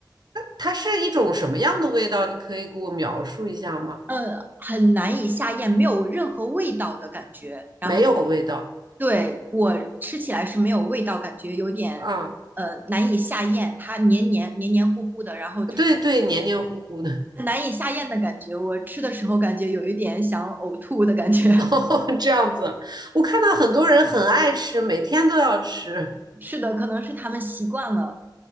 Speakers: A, on the right; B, on the right.
A: 它是一种什么样的味道？你可以给我描述一下吗？
B: 呃，很难以下咽，没有任何味道的感觉。然后
A: 没有味道
B: 对我吃起来是没有味道，感觉有点呃难以下咽，
A: 啊，
B: 它黏黏黏黏糊糊的，然后就是
A: 对对，黏黏糊糊的，
B: 很难以下咽的感觉。我吃的时候感觉有一点想呕吐的感觉。
A: <laughs> 这样子。我看到很多人很爱吃，每天都要吃。
B: <laughs> 是的，可能是他们习惯了。